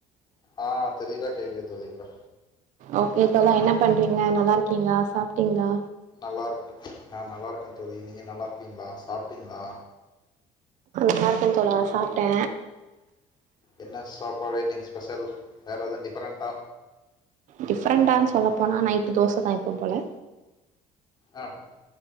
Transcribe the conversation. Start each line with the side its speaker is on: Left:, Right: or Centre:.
Left: ஆஹ் தெளிவா கேக்குது தோலி இப்ப
Right: ஓகே தோலா என்ன பண்றீங்க நல்லா இருக்கீங்களா சாப்டீங்களா
Left: நல்லா இருக்க நா நல்லா இருக்க தோலி நீங்க நல்லா இருக்கீங்களா சாப்ட்டீங்களா
Right: நல்லா இருக்க தோலா சாப்டே
Left: என்ன சாப்பாடு இன்னைக்கி ஸ்பெஷல் வேற எதுவு டிஃப்ரெண்டண்டா
Right: டிஃப்ரெண்டான்னு சொல்லபோனா நைட்டு தோச தா எப்புபோவ
Left: ஆஹ